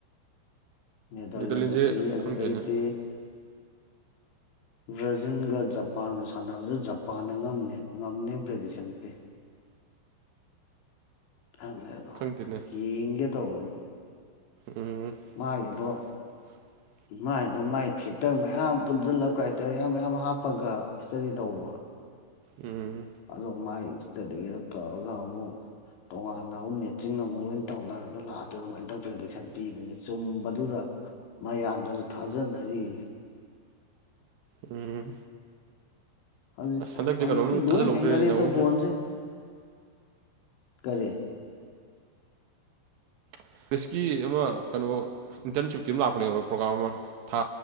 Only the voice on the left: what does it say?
ꯅꯦꯗꯔꯂꯦꯟꯗ
ꯄꯤ ꯑꯗꯨꯗꯩꯗꯤ
ꯕ꯭ꯔꯥꯖꯤꯜꯒ ꯖꯄꯥꯟꯒ ꯁꯥꯟꯅꯕꯁꯦ ꯖꯄꯥꯟꯅ ꯉꯝꯃꯦ ꯉꯝꯅꯦ ꯄ꯭ꯔꯗꯤꯛꯁꯟ ꯄꯤ ꯈꯪꯗꯦ ꯑꯗꯣ
ꯌꯦꯡꯒꯦ ꯇꯧꯕ
ꯃꯥꯒꯤꯗꯣ
ꯃꯥꯏ ꯑꯗꯨ ꯃꯥꯏ ꯐꯦꯛꯇꯔ ꯃꯌꯥꯝ ꯄꯨꯟꯁꯤꯜꯂ ꯀ꯭ꯔꯥꯏꯇꯦꯔꯤꯌꯥ ꯃꯌꯥꯝ ꯍꯥꯞꯄꯒ ꯏꯁꯇꯗꯤ ꯇꯧꯕ
ꯑꯗꯣ ꯃꯥꯏ ꯁꯇꯗꯤꯗꯣ ꯇꯧꯔꯒ ꯑꯃꯨꯛ ꯇꯣꯉꯥꯟꯅ ꯑꯃꯨꯛ ꯃꯦꯠꯆꯤꯡ ꯑꯃꯨꯛ ꯂꯣꯏꯅ ꯇꯧꯅꯔꯒ ꯂꯥꯁꯇ ꯑꯗꯨꯃꯥꯏꯅ ꯇꯧ ꯄ꯭ꯔꯗꯤꯛꯁꯟ ꯄꯤꯕꯅꯤ ꯆꯨꯝꯕꯗꯨꯗ ꯃꯌꯥꯝꯅꯁꯨ ꯊꯥꯖꯅꯔꯤ
ꯍꯧꯖꯤꯛ
ꯍꯧꯖꯤꯛꯇꯤ
ꯂꯣꯏ
ꯍꯩꯏꯅꯔꯦꯗ
ꯕꯣꯟꯁꯦ ꯀꯔꯤ